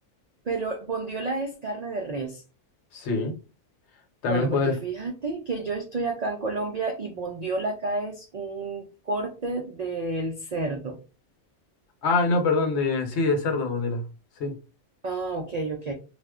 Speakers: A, on the right (about 75°); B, on the left (about 70°).
A: pero bondiola es carne de res.
B: Sí. También
A: Bueno, porque
B: puedes.
A: fíjate que yo estoy acá en Colombia y bondiola acá es un corte del cerdo.
B: Ah, no, perdón, de, sí, de cerdo, bondiola. Sí.
A: Ah, ok, ok.